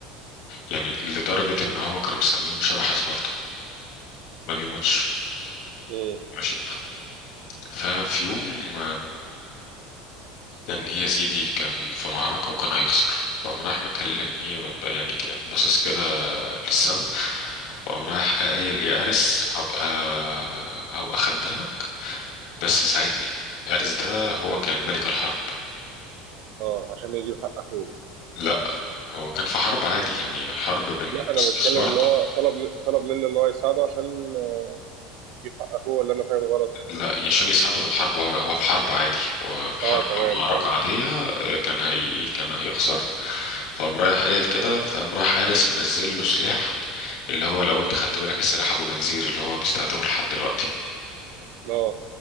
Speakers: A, on the left; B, on the right.
A: يعني لدرجة إن هو كانوا مسمينه شبح سبارتا ما بيموتش
B: ايه
A: ماشي ففي يوم كان ايه يا سيدي كان في معركة وكان هيخسر فقام رايح مكلم ايه بقى يعني ك- باصص كده للسما وقام رايح قايل يا أرس هبقى هبقى خدامك بس ساعدني أرس ده هو كان ملك الحرب
B: اه عشان يجيب حق اخوه
A: لا هو كان في حرب عادي يعني حرب بين
B: لا انا
A: سبارتا
B: بتكلم ان هو طلب طلب منه ان هو يساعده عشان يجيب حق اخوه ولا انا فاهم غلط
A: لا عشان يساعده في الحرب هو هو في حرب عادي هو في حرب
B: اه تمام
A: او معركة
B: تمام
A: عادية آه، كان هي كان هيخسر فقام رايح قايل كده فقام رايح قارس منزل له سلاح اللي هو لو انت خدت بالك السلاح ابو جنزير اللي هو بيستخدمه لحد دلوقتي
B: اه